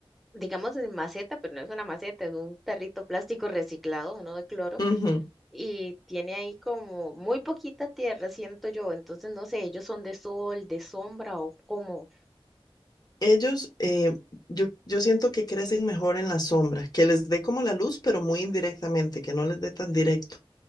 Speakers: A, in the centre; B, on the left.
A: digamos, en maceta, pero no es una maceta, es un tarrito plástico reciclado, uno de cloro,
B: ujú.
A: y tiene ahí como muy poquita tierra, siento yo. Entonces, no sé, ellos son de sol, de sombra o cómo.
B: Ellos, eh, yo, yo siento que crecen mejor en la sombra, que les dé como la luz, pero muy indirectamente, que no les dé tan directo.